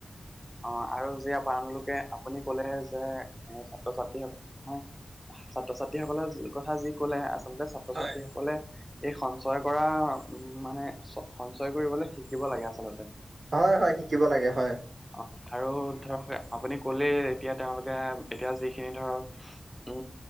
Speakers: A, in the centre; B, on the right (about 65°).
A: অ' আৰু যে আপানালোকে, আপুনি ক'লে যে এ ছাত্ৰ-ছাত্ৰীস, ছাত্ৰ-ছাত্ৰীসকলে যি কথা যি ক'লে আচ আচলতে ছাত্ৰ-ছাত্ৰীসকলে
B: হয়,
A: এই সঞ্চয় কৰা উ মানে চ-সঞ্চয় কৰিবলৈ শিকিব লাগে আচলতে।
B: হয়, হয় শিকিব লাগে হয়।
A: অ আৰু ধৰক আপুনি ক'লেই এতিয়া তেওঁলোকে এতিয়া যিখিনি ধৰক উ